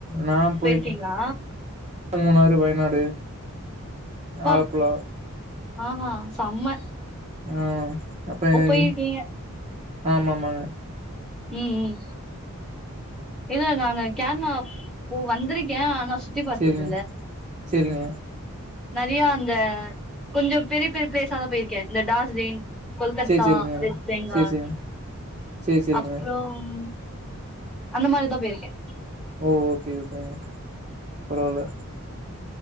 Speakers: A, on the right; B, in the centre.
A: நா போயிருக்கே
B: கீங்களா
A: மூணாறு வயநாடு
B: வா
A: ஆலப்புழா
B: ஆஹா செம்ம
A: ஆ அதய்ங்
B: ஓ போயிருக்கீங்க
A: ஆமாமாங்க
B: ம் ம் இல்ல நானு கேரளா போ வந்திருக்கே ஆனா சுத்தி பார்த்தது
A: சேரிங்க சேரிங்க
B: நறைய அந்த கொஞ்சம் பெரிய பெரிய பிளேஸா தா போயிருக்கே இந்த டார்ஜிலிங் கொல்கத்தா
A: சேரி சேரிங்க
B: வெஸ்ட் பெங்கால்
A: சேரி சேரிங்க சேரி சேரிங்க
B: அப்றோம் அந்த மாரிதா போயிருக்கே
A: ஓ ஓகே ஓகேங்க பரவால